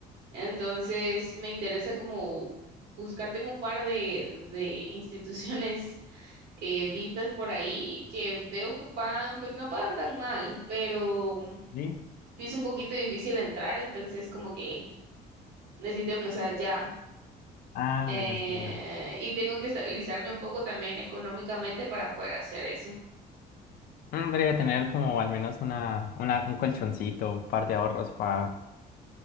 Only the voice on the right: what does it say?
entonces me interesa como buscar, tengo un par de, de instituciones eh, vistas por ahí que veo que pagan, pues no pagan tan mal, pero mm,
sí es un poquito difícil entrar, entonces como que necesito empezar ya.
eh,
y tengo que estabilizarme un poco también económicamente para poder hacer eso.